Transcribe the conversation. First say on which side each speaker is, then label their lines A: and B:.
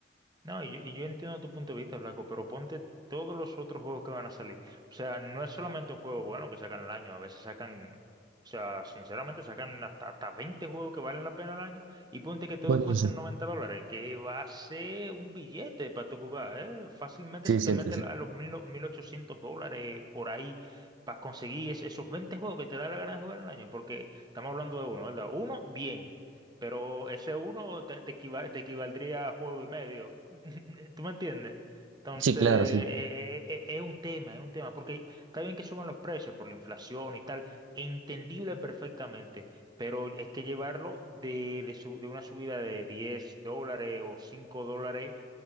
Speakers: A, on the right (about 20°); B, on the right (about 75°).
A: No, y yo, y yo entiendo tu punto de vista, Blanco, pero ponte todos los otros juegos que van a salir. O sea, no es solamente un juego bueno que sacan al año, a veces sacan, o sea, sinceramente sacan hasta, hasta 20 juegos que valen la pena al año y ponte que todos
B: Bueno,
A: cuesten
B: sí,
A: 90 dólares, que va a ser un billete para tu jugar, ¿eh? Fácilmente
B: sí,
A: se
B: siéntese.
A: te mete a los mil no- 1.800 dólares por ahí para conseguir es- esos 20 juegos que te da la gana de jugar al año, porque estamos hablando de uno, ¿verdad? Uno, bien. Pero ese uno te, te equiva- te equivaldría a juego y medio. <laughs> ¿Tú me entiendes? Entonces,
B: Sí, claro,
A: eh,
B: sí.
A: eh, eh, es un tema, es un tema, porque está bien que suban los precios por la inflación y tal, e entendible perfectamente, pero es que llevarlo de, de su- de una subida de 10 dólares o 5 dólares